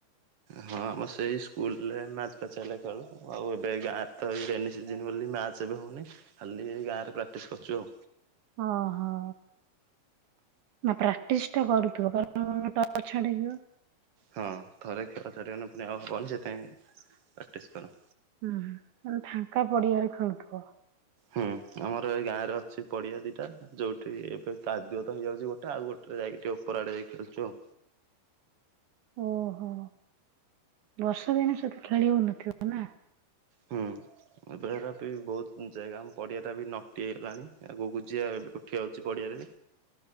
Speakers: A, on the right; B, on the right.
A: ହଁ ଆମ ସେଇ ସ୍କୁଲରେ ମ୍ୟାଚ ଫ୍ୟାଚ ଚାଲେ ଖେଳୁ ଆଉ ଏବେ ଗାଁରେ ତ ଏଇ ରେନି ସିଜିନ ବୋଲି ମ୍ୟାଚ ସେ ବି ହେଉନି ଖାଲି ଏଇ ଗାଁରେ ପ୍ରାକ୍ଟିସ୍ କରୁଚୁ ଆଉ
B: ଓହୋ। ନା ପ୍ରାକ୍ଟିସ ଟା କରୁଥିବ କାରଣ ନହେନେ ଟଚ ଛାଡିଯିବ।
A: ହଁ ଥରେ ଖେଳ ଛାଡିଗନେ ପୁଣି ଆଉ ହବନି ସେଥିପାଇଁ ପ୍ରାକ୍ଟିସ କର।
B: ହୁଁ ମାନେ ଫାଙ୍କା ପଡିଆରେ ଖେଳୁଥିବ?
A: ହୁଁ ଆମର ଏଇ ଗାଁ ରେ ଅଛି ପଡିଆ ଦିଟା ଯୋଉଠି ଏବେ କାଦୁଅ ତ ହେଇଯାଉଚି ଗୋଟେ ଆଉ ଗୋଟେରେ ଯାଇକି ଟେ ଉପର ଆଡେ ଯାଇି ଖଳୁଚୁ ଆଉ
B: ଓହୋ ବର୍ଷା ଦିନେ ସେଠି ଖେଳି ହଉନଥିବ। ନା।
A: ହୁଁ। ଏବେ ଏରା ବି ବହୁତ ଜାଗା ଆମ ପଡିଆ ଟା ବି ନଟି ହେଇଗଲାଣି ଆ ଗୁଗୁଚିଆ ଏବେ ଉଠିଯାଉଚି ପଡିଆରେ।